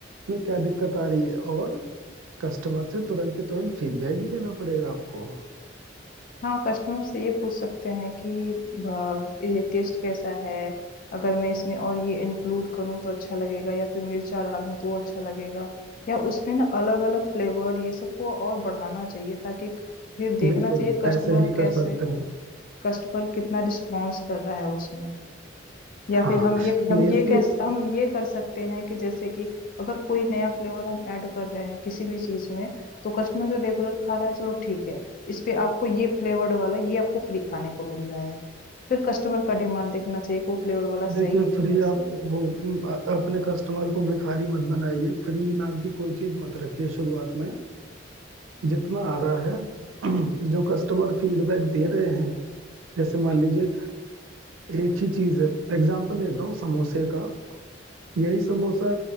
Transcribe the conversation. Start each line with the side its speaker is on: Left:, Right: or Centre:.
Right: में क्या दिक्कत आ रही है और कस्टमर से तुरंत के तुरंत फीडबैक भी लेना पड़ेगा आपको
Left: हाँ कस्टमर से ये पूछ सकते हैं कि ब- ये टेस्ट कैसा है अगर मैं इसमें और ये इंक्लूड करूँ तो अच्छा लगेगा या फिर मिर्चा डालूं तो अच्छा लगेगा या उसमें ना अलग अलग फ्लेवर्ड ये सबको और बढ़ाना चाहिए ताकि फिर देखना
Right: बिल्कुल
Left: चाहिए कस्टमर
Right: ऐसे ही
Left: कैसे
Right: कर सकते हैं
Left: कस्टमर कितना रिस्पॉन्स कर रहा है उसमें या फिर
Right: हाँ
Left: हम ये
Right: प्लेस
Left: हम ये कैस
Right: के
Left: हम ये कर सकते हैं कि जैसे कि अगर कोई नया फ्लेवर हम ऐड कर रहे हैं किसी भी चीज में तो कस्टमर जो रेगुलर खा रहा है चलो ठीक है इस पे आपको ये फ्लेवर्ड वाला ये आपको फ्री खाने को मिल रहा है फिर कस्टमर का डिमांड देखना चाहिए कि वो फ्लेवर वाला
Right: देखिए
Left: सही है कि
Right: फ्री
Left: नहीं सही
Right: आप वो अ, अपने कस्टमर को भिखारी मत बनाइए फ्री नाम की कोई चीज मत रखिए शुरुआत में जितना आ रहा है <clears throat> जो कस्टमर फीडबैक दे रहे हैं जैसे मान लीजिए एक ही चीज है एग्जांपल लेता हूँ समोसे का यही समोसा